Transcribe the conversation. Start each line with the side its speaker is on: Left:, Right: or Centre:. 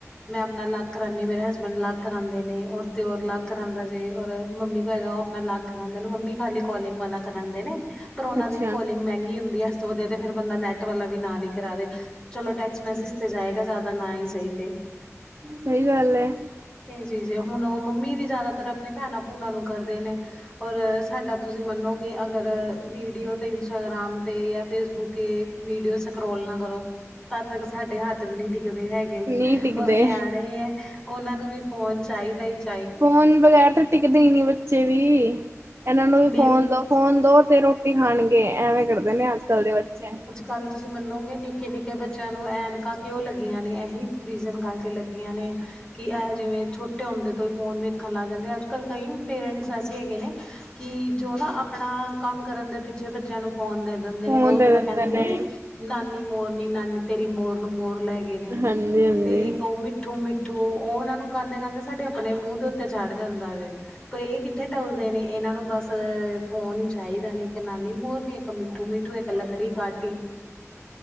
Left: ਮੈਂ ਆਪਣਾ ਅਲਗ ਕਰਾਂਉਦੀ ਏ, ਮੇਰੇ ਹਸਬੈਂਡ ਅਲਗ ਕਰਾਉਂਦੇ ਨੇ, ਔਰ ਦਿਓਰ ਅਲਗ ਕਰਾਉਂਦਾ ਜੇ, ਔਰ ਮੰਮੀ ਭਾਈ ਦਾ ਆਪਣਾ ਲਗ ਕਰਾਂਦੇ, ਮੰਮੀ ਖਾਲੀ ਕੋਲਿੰਗ ਵਾਲਾ ਕਰਾਂਂਦੇ ਨੇ ਪਰ ਉਹਨਾਂ
Right: ਅੱਛਾ
Left: ਦੀ ਵੀ ਕੋਲਿੰਗ ਮਹਿੰਗੀ ਹੁੰਦੀ ਹੈ। ਇਸਤੋਂ ਵਧੀਆ ਤੇ ਫੇਰ ਬੰਦਾ ਨੈੱਟ ਵਾਲਾ ਵੀ ਨਾਲ ਹੀ ਕਰਾਵੇ ਚਲੋ, ਟੈਕਸਟ ਮੈਸੇਜ ਉੱਥੇ ਜਾਏਗਾ, ਜ਼ਾਦਾ ਨਾ ਈ ਸਹੀ ਤੇ।
Right: ਸਹੀ ਗੱਲ ਹੈ।
Left: ਏ ਚੀਜ਼ ਐ, ਹੁਣ ਉਹ ਮੰਮੀ ਵੀ ਜ਼ਿਆਦਾਤਰ ਆਪਣੀ ਭੈਣਾਂ-ਭੂਣਾ ਨੂੰ ਕਰਦੇ ਨੇ। ਔਰ, ਸਾਡਾ ਤੁਸੀਂ ਮੰਨੋਗੇ ਅਗਰ ਵੀਡੀਓ ਤੇ, ਇੰਸਟਾਗ੍ਰਾਮ ਤੇ ਜਾਂ ਫੇਸਬੁੱਕ ਕੇ ਵੀਡੀਓ ਸਕਰੋਲ ਨਾ ਕਰੋ, ਤਦ ਤੱਕ ਸਕ ਹਾਡੇ ਹੱਥ ਵੀ ਨੀ ਟਿਕਦੇ ਹੈਗੇ,
Right: ਨਹੀਂ ਟਿਕਦੇ
Left: ਔਰ ਨਿਆਣੇ ਐ, ਉਹਨਾਂ ਨੂੰ ਵੀ ਫੋਨ ਚਾਹੀਦਾ ਈ ਚਾਈ
Right: ਫੋਨ ਬਗ਼ੈਰ ਤਾਂ ਟਿਕਦੇ ਈ ਨੀ ਬੱਚੇ ਵੀ, ਇਹਨਾਂ ਨੂੰ
Left: ਮੇਰ
Right: ਵੀ ਫੋਨ ਦੋ। ਫੋਨ ਦੋ ਤੇ ਰੋਟੀ ਖਾਣਗੇ, ਐਵੇਂ ਕਰਦੇ ਨੇ ਅੱਜ- ਕੱਲ ਦੇ ਬੱਚੇ।
Left: ਗੱਲ ਤੁਸੀਂ ਮੰਨੋਗੇ, ਨਿੱਕੇ-ਨਿੱਕੇ ਬੱਚਿਆਂ ਨੂੰ ਐਨਕਾਂ ਕਿਉਂ ਲੱਗੀਆਂ ਨੇ, ਐਹੀ ਰੀਜ਼ਨ ਕਰਕੇ ਲੱਗੀਆਂ ਨੇ। ਕਿ ਐਹ ਜਿਵੇਂ ਛੋਟੇ ਹੁੰਦੇ ਤੋਂ ਹੀ ਫ਼ੋਨ ਵੇਖਣ ਲੱਗ ਜਾਂਦੇ, ਅੱਜ- ਕੱਲ ਕਈ ਪੇਰੈਂਟਸ ਐਸੇ ਹੈਗੇ ਨੇ ਕਿ ਜੋ ਨਾ ਆਪਣਾ ਕੰਮ ਕਰਨ ਦੇ ਪਿੱਛੇ ਬੱਚਿਆਂ ਨੂੰ ਫੋਨ ਦੇ ਦਿੰਦੇ
Right: ਫੋਨ
Left: ਨੇ ਉਹ
Right: ਦੇ
Left: ਜੇੜਾ
Right: ਦਿੰਦੇ
Left: ਕਹਿੰਦੇ
Right: ਨੇ
Left: ਨੀ, ਨਾਨੀ ਮੋਰਨੀ, ਨਾਨੀ ਤੇਰੀ ਮੋਰ ਨੂੰ ਮੋਰ ਲੈ ਗੇ ਨੇ,
Right: ਹਾਂਜੀ-ਹਾਂਜੀ
Left: ਤੇ ਇੱਕ ਉਹ ਮਿੱਠੂ- ਮਿੱਠੂ ਮਿੱਠੂ, ਉਹਨਾਂ ਨੂੰ ਗਾਂਦੇ ਗਾਉਂਦੇ ਸਾਡੇ ਆਪਣੇ ਮੂੰਹ ਦੇ ਉੱਤੇ ਚੜ੍ਹ ਜਾਂਦਾ ਵੈ, ਪਰ ਇਹ ਕਿ ਕਿੱਥੇ ਟਲਦੇ ਨੇ, ਇਹਨਾਂ ਨੂੰ ਬਸ ਫੋਨ ਹੀ ਚਾਈਦਾ ਨੇ, ਇੱਕ ਨਾਨੀ ਮੋਰ ਨੀ‌ ਮਿੱਠੂ -ਮਿੱਠੂ, ਇੱਕ ਲੱਕੜੀ ਕਾਠ। ਟੀ,